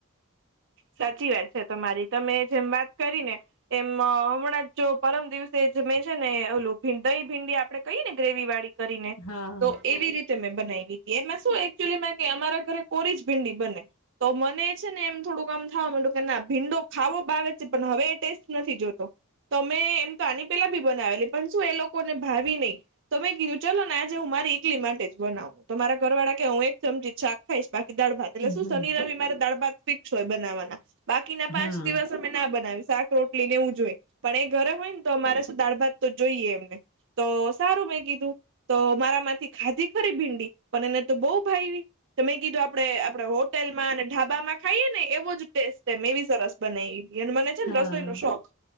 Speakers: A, on the right; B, on the left.
A: સાચી વાત છે તમારી તમે જેમ વાત કરી ને એમ હમણાં જ જો પરમ દિવસે જમે છે ને ઓલું દહી ભીંડી આપડે કહી ને ગ્રેવી વાળી કરીને
B: હા
A: તો એવી રીતે મેં બનાવી લીધી એમાં શું એક્ચ્યુલી અમારા ઘરે કોરી જ ભીંડી જ બને તો મને એમ કે થોડુંક આામ થવા માંડુ કે ના ભીંડો ખાવો ભાવે છે પણ હવે એ ટેસ્ટ નથી જોતો તો એમ તો આની પેલા બી બનાવેલી પણ શું એ લોકોને ભાવી નહી તો મેં કીધું ચાલો ને આજે હું મારી ઇકલી માટે જ બનાવું તોમારા ઘરવાળા કે હું એક ચમચી શાક ખાઈશ બાકી દાળ ભાત એટલે
B: હમ
A: શું શનિ રવિ મારે દાળ ભાાગ ફિક્સ હોય બનાવવાના બાકીના
B: હા
A: પાંચ દિવસ અમે ના બનાવી શાક રોટલી ને એવું જોઈએ પણ એ ઘરે હોય ને તો અમારે શું દાળ ભાત તો જોઈએ એમને તો સારું મેં કીધું તો મારામાંથી ખાધી ખરી ભીંડી પણ એને તો બહુ ભાવ ત મે કીધું આપડે આપડે હોટેલમાં અને ઢાબામાં ખાઈએ ને એવો જ ટેસ્ટ છે મે એ બી સરસ બનાવીએ એને મને છે
B: હા
A: ને રસોઈ નો શોખ